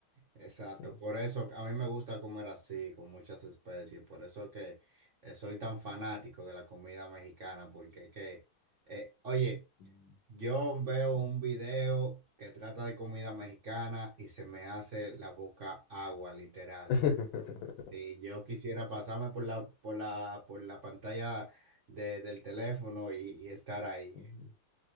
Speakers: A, on the right (about 55°); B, on the left (about 75°).
A: Exacto,
B: Sí.
A: por eso a mí me gusta comer así, con muchas especies, por eso que eh, soy tan fanático de la comida mexicana, porque que, eh, oye,
B: Mm,
A: yo veo
B: sí.
A: un video que trata de comida mexicana y se me hace la boca agua, literal.
B: <laughs>
A: Si yo quisiera pasarme por la, por la, por la pantalla de- del teléfono y, y estar ahí.
B: Ujú.